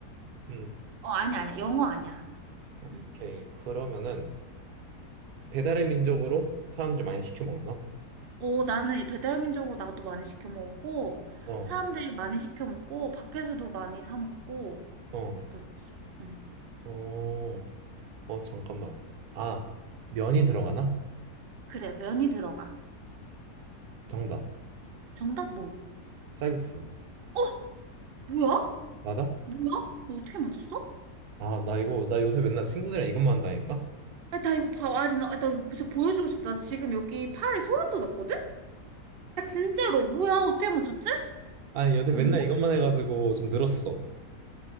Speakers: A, on the right; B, on the right.
A: 음.
B: 어, 아니, 아니야. 영어 아니야.
A: 오케이
B: 응.
A: 그러면은 배달의 민족으로 사람들 많이 시켜 먹나?
B: 어, 나는 배달민족으로 나도 많이 시켜 먹었고,
A: 어,
B: 사람들이 많이 시켜 먹고, 밖에서도 많이 사 먹고,
A: 어,
B: 그렇지. 응.
A: 어, 어 잠깐만. 아 면이 들어가나?
B: 그래, 면이 들어가.
A: 정답.
B: 정답 뭐?
A: 쌀국수
B: 어? 뭐야?
A: 맞아?
B: 뭐야? 너 어떻게 맞췄어?
A: 아 나 이거 나 요새 맨날 친구들이랑 이것만 한다니까?
B: 아, 나 이거 봐, 아리나. 아, 나 이거 진짜 보여주고 싶다. 나 지금 여기 팔에 소름 돋았거든? 아, 진짜로. 뭐야? 어떻게 맞췄지?
A: 아니 요새
B: 뭐-
A: 맨날 이것만 해가지고 좀 늘었어.